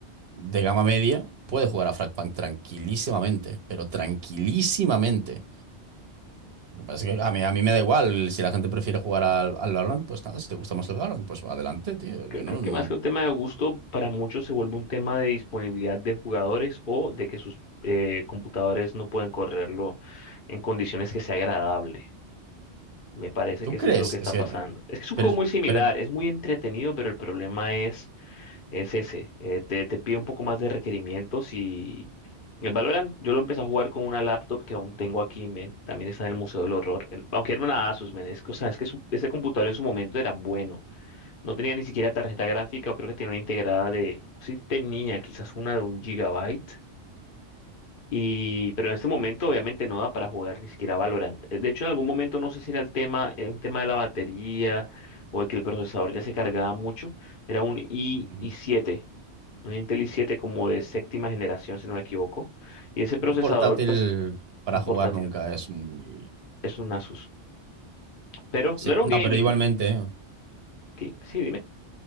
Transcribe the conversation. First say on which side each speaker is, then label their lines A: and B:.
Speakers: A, on the right (about 60°); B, on the left (about 50°).
A: de gama media puede jugar a Frostpunk tranquilísimamente, pero tranquilísimamente. Lo que pasa es que a mí, a mí me da igual. Si la gente prefiere jugar al, al Valorant, pues nada, si te gusta más el Valorant, pues adelante, tío.
B: Creo,
A: Yo no.
B: creo que más que un tema de gusto, para muchos se vuelve un tema de disponibilidad de jugadores o de que sus eh, computadores no pueden correrlo en condiciones que sea agradable. Me parece
A: ¿Tú
B: que
A: crees?
B: eso es lo que está
A: Es que.
B: pasando. Es que es un
A: Pero,
B: juego muy similar,
A: pero
B: es muy entretenido, pero el problema es, es ese. eh, te, te pide un poco más de requerimientos y el Valorant yo lo empecé a jugar con una laptop que aún tengo aquí, men. También está en el Museo del Horror. el- aunque era una Asus, men. Es, que, o sea, es que su- ese computador en su momento era bueno. No tenía ni siquiera tarjeta gráfica o creo que tenía una integrada de... Sí tenía quizás una de un gigabyte. Y, pero en este momento obviamente no da para jugar ni siquiera Valorant. Eh, De hecho, en algún momento no sé si era el tema, eh, un tema de la batería o de que el procesador ya se cargaba mucho. Era un i
A: mm,
B: i7, un Intel i7 como de séptima generación, si no me equivoco. Y ese procesador,
A: un portátil
B: pues,
A: para
B: un portátil,
A: jugar nunca es muy.
B: es un Asus. Pero
A: Sí.
B: no era
A: No,
B: un gaming.
A: pero igualmente. ¿eh?
B: ¿qué? Sí, dime,